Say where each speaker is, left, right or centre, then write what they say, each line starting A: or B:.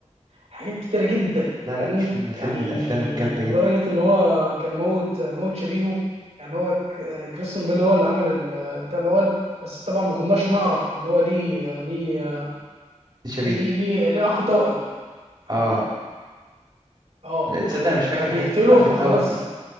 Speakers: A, on the right; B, on the right.
A: حاجات كتيره جدا
B: لا
A: فاهمني
B: لا فيلم فيلم
A: يعني
B: الأفلام الجامدة
A: لدرجه
B: جدا
A: ان هو كان موت موت شبيهه يعني هو ك- كريستون بيل هو اللي عمل ال- بتاع الاول بس طبعا ما كناش نعرف ان هو ليه ليه
B: دي شبيه
A: ليه ليه, ليه, ليه اخ توأم عامه
B: اه
A: اه
B: تصدق أنا مش فاكر
A: فبيقتله
B: حتة الأخ
A: فخلاص
B: التوأم دي